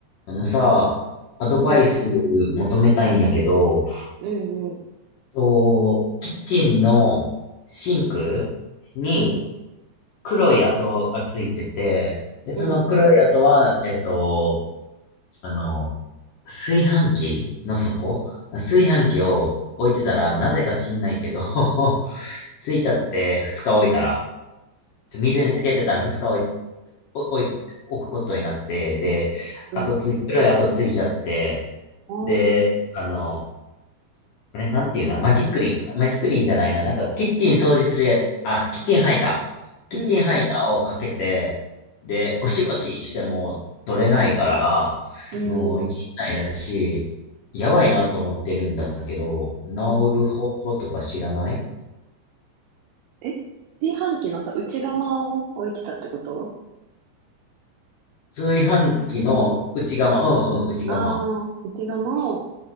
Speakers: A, on the left (about 60°); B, on the right (about 75°).
A: あのさ、アドバイス求めたいんやけど、
B: うん、うん、うん、
A: と、キッチンのシンクに
B: うん、
A: 黒い跡がついてて、で、その黒い跡は、
B: うん、
A: えっと、あの、炊飯器の底炊飯器を置いてたら、なぜか知んないけど <laughs> ついちゃって2日置いたら、ちょ水につけてたら2日置い、お置い、置くことになって、で、
B: うん、
A: 跡つい、黒い跡ついちゃって、
B: あー
A: で、あの、あれ、なんていうんだ、マジックリン。マジックリンじゃないな。なんか、キッチン掃除するや、あ、キッチンハイター。キッチンハイターをかけて、
B: うん、
A: で、ゴシゴシしても取れないから、
B: うん、
A: もう俺ないだし、やばいなと思ってるんだけど、治る方法とか知らない
B: うん。え、炊飯器のさ、内釜を置いてたってこと
A: 炊飯器の内釜、うんうん、内釜。
B: ああー、内釜を、